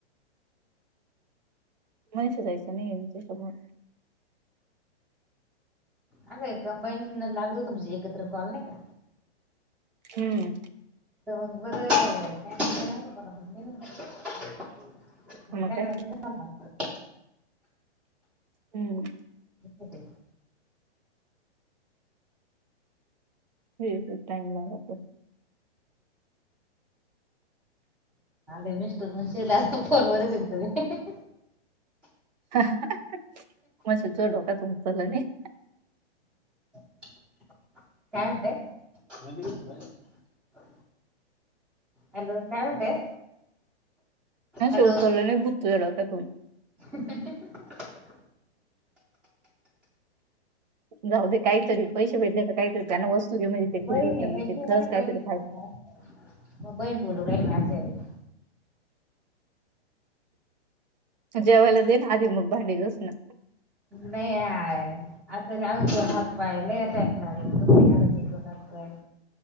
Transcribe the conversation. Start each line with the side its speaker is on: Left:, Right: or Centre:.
Right: मनिषा ताईचा नाही त्याच्यामुळे
Centre: अरे कंबाईन लागतं होत म्हणजे एकत्र कॉल नाही का?
Right: हम्म
Centre: <inaudible> <inaudible>
Right: मग काय हम्म
Centre: होते.
Right: व्यवस्तीत टाइम लागतो
Centre: आणि मिस्टर म्हणतील अस मला फोन वरच मी <unintelligible>
Right: <inaudible>
Centre: काय म्हणताय भांडी घासून झाली का? हॅलो काय म्हणताय?
Right: <inaudible>
Centre: हॅलो <unintelligible>
Right: जाऊ दे काहीतरी पैसे भेटले का काहीतरी त्यांना वस्तू घे म्हणजे ते
Centre: बहीण
Right: खुश होते
Centre: आहे बहीण
Right: खरंच
Centre: ते म्हणे
Right: काहीतरी
Centre: बहीण
Right: फायदा
Centre: कॉल करा मग बहीण बोलू राहिली माझी झाली.
Right: जेवला दे ना आधी मग भांडी घसना.
Centre: नाही असंग कोण हप्पायला टाइम लागेल तु. <unintelligible> तोड हात पाय